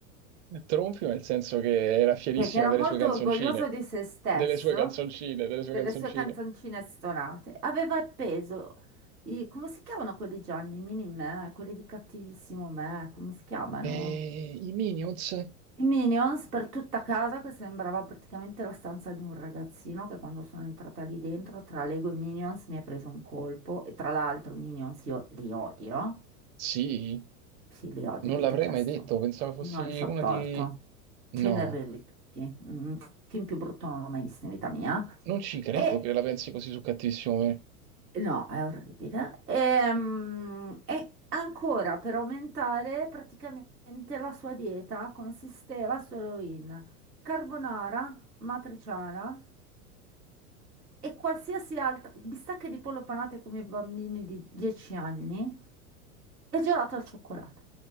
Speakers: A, on the right; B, on the right.
A: Tronfio nel senso che era fierissimo
B: perché era
A: delle
B: molto
A: sue canzoncine.
B: orgoglioso di se stesso,
A: Delle sue canzoncine, delle sue
B: delle
A: canzoncine.
B: sue canzoncine stonate. Aveva appeso i, come si chiamano quelli gianni, mini me, quelli di cattivissimo me, come si chiamano?
A: E i Minions?
B: I Minions per tutta casa che sembrava praticamente la stanza di un ragazzino che quando sono entrata lì dentro tra Lego e Minions mi ha preso un colpo e tra l'altro i Minions io li odio.
A: Sì,
B: Sì, li odio,
A: non
B: li
A: l'avrei
B: detesto.
A: mai detto. Pensavo fossi
B: Non li sopporto.
A: una di... No,
B: Cenerirli tutti. Mm, Un film più brutto non l'ho mai visto in vita mia.
A: non ci credo
B: E
A: che la pensi così su Cattivissimo Me.
B: No, è orribile. Ehm, E, ancora per aumentare, praticamente la sua dieta consisteva solo in carbonara, matriciana e qualsiasi altra bistecche di pollo panate come i bambini di 10 anni e gelato al cioccolato.